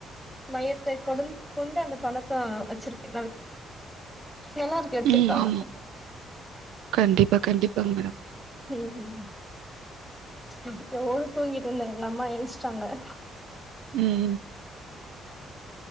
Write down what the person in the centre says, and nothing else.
மையத்தை கொண் கொண்டு அந்த பணத்தை வச்சிருக்க <unintelligible> எல்லாருக்கும் எடுத்திருக்காங்க
ம் ம் ம் ஒரு தூங்கிட்டு இருந்த எங்க அம்மா என்ச்சிட்டாங்க <inaudible>